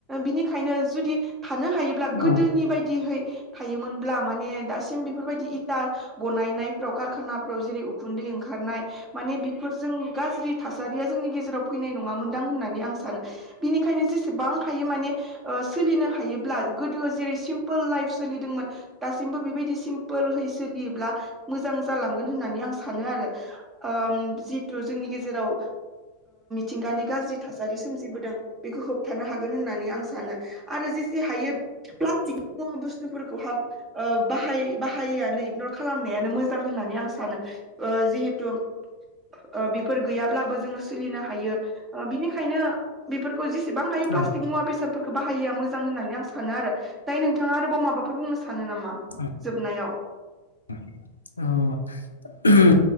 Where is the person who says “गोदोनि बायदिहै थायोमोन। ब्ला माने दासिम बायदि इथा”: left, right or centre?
Right